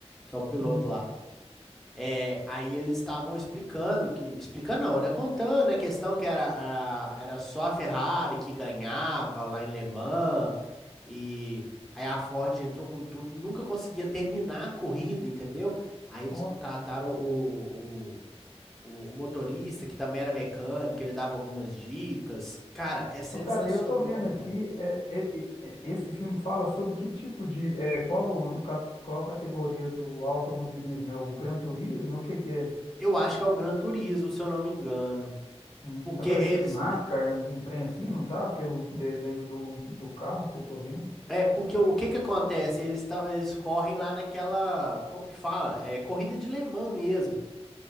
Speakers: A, in the centre; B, on the left.
A: Que é o piloto
B: Hum,
A: lá. É, aí eles estavam explicando que, explicando não, né? Contando a questão que era, a- era só a Ferrari que ganhava lá em Le Mans e aí a Ford entrou com tudo, nunca conseguia terminar a corrida, entendeu? Aí eles
B: ó.
A: contrataram o, o, o, o motorista que também era mecânico, ele dava algumas dicas. Cara, é sensacional
B: Ô, Cara, eu tô vendo
A: o
B: aqui,
A: filme.
B: é, é, é, é, esse filme fala sobre que tipo de, é, qual, ca- qual categoria do automobilismo? É o Gran Turismo? O que que é?
A: Eu acho que é o Gran Turismo, se eu não me engano.
B: Hum,
A: Porque
B: tá parecendo
A: eles,
B: NASCAR, um, um trem assim, não tá? Pelo desenho do, do carro que eu tô vendo.
A: É, porque o que que acontece? Eles, tão- eles correm lá naquela, como que fala? É corrida de Le Mans mesmo.